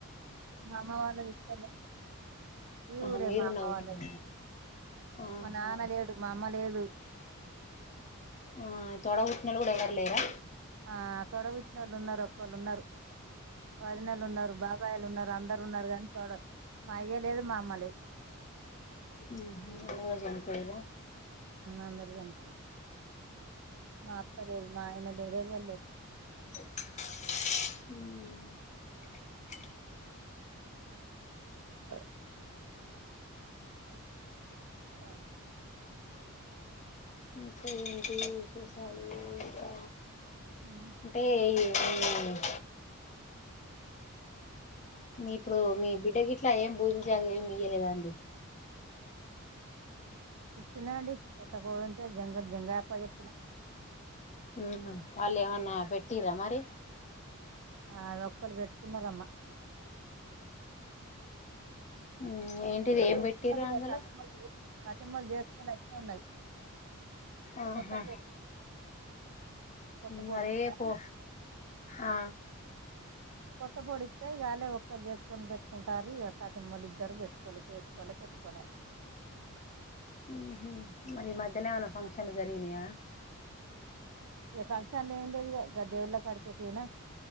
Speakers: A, on the right; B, on the left.
A: మా అమ్మ వాళ్ళది ఇక్కన్నే ఈ
B: ఆహా
A: ఊరే
B: మీరున్న
A: మా అమ్మ
B: ఊరేనా
A: వాళ్ళది
B: ఆహా
A: మా నాన లేడు మా అమ్మ లేదూ
B: ఆ తోడ బట్టినోళ్లు గూడ ఎవరు లేరా
A: ఆ తొడబుట్టినోళ్ళు ఉన్నరు ఒక్కలు ఉన్నరు వదినలు ఉన్నరు బాబాయిలు ఉన్నరు అందరు ఉన్నరు కానీ తోడ మా అయ్య లేదు మా అమ్మ లేదు
B: ఉహు అమ్మ కూడా చనీ పోయిరా
A: అందరు చనిపోయిరు మా అత్తలేదు మా ఆయన లేదే ఎవడులేదు
B: హ
A: ఓ ఆ
B: ఇంక ఏంటి విశేషాలు ఇంకా
A: ఉమ్
B: అంటే అ మీ ఇప్పుడు మీ బిడ్డ గిట్లా ఏం <unintelligible> భోజించాగ మయ్యలేదా అండి
A: ఇచ్చిన అండి ఒక్క కోడుంటే జంగ జంగాయప్పకి చెప్పిన
B: ఉ హ్ వాళ్ళ ఏమన్నా పెట్టిరా మరి
A: ఆ ఒక్కరు పెట్టుకున్నారమ్మా
B: ఉ ఏంటిది
A: ఒక్కరు
B: ఏం
A: పెట్టుకున్నారు
B: పెట్టిరు
A: ఇక
B: అందులో
A: తతిమలు తతిమలు చేసుకుని అట్నే ఉన్నది
B: ఆహా
A: కొత్త పొడి కొత్త పొడి
B: మరే
A: ఇచ్చిన
B: పో ఆ
A: కొత్త పొడిస్త ఇక అలేే ఒక్కలు చేసుకొని పెట్టుకుంటారు ఇక తతిమలు ఇద్దరు పెట్టుకోలే తేసుకోలే పె ాల <unintelligible>
B: ఉ హ్ మరి ఈ మధ్య లొ ఏమన్నా ఫంక్షన్లు జరిగినయా
A: ఇక ఫంక్షన్లు ఏమి లేదిగ ఆ దేవుళ్ళ కాడికే పొయినా